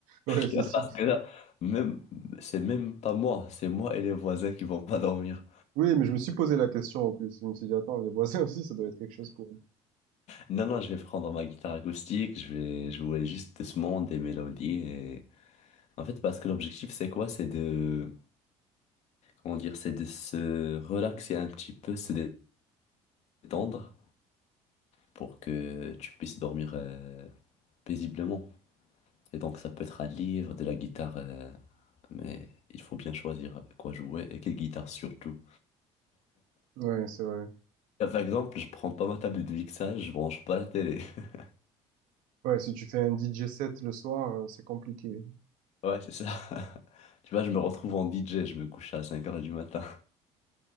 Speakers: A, on the right; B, on the left.
A: Ouais, c'est
B: Tu vois,
A: sûr.
B: Parce que là, même, c'est même pas moi, c'est moi et les voisins qui vont pas dormir.
A: Oui, mais je me suis posé la question en plus. Je me suis dit, attends, les voisins aussi, ça doit être quelque chose pour eux.
B: Non, non, je vais prendre ma guitare acoustique, je vais jouer juste doucement des mélodies et... En fait, parce que l'objectif, c'est quoi? C'est de, comment dire, c'est de se relaxer un petit peu, se détendre pour que tu puisses dormir euh, paisiblement. Et donc ça peut être un livre, de la guitare, euh, mais il faut bien choisir avec quoi jouer et quelle guitare surtout.
A: Ouais, c'est vrai.
B: Là, par exemple, je prends pas ma table de mixage, je branche pas la télé. <laughs>
A: Ouais, si tu fais un DJ set le soir, euh, c'est compliqué.
B: Ouais, c'est ça. <laughs> Tu vois, je me retrouve en DJ, je me couche à cinq heures du matin.